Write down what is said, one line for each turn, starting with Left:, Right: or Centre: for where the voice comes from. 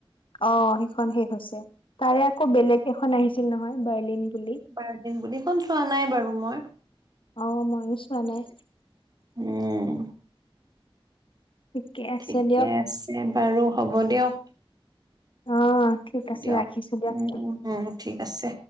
Left: অ', সেইখন শেষ হৈছে, তাৰে আকৌ বেলেগ এখন আহিছিল নহয় বাৰ্লিন বুলি
Right: বাৰ দিন বুলিখন চোৱা নাই বাৰু মই
Left: অ ময়ু চোৱা নাই
Right: উম
Left: ঠিকে আছে
Right: ঠিকে
Left: দিয়ক
Right: আছে বাৰু হ'ব দিয়ক
Left: অ ঠিক আছে
Right: দিয়ক
Left: ৰাখিছো দিয়া
Right: উম উম উম ঠিক আছে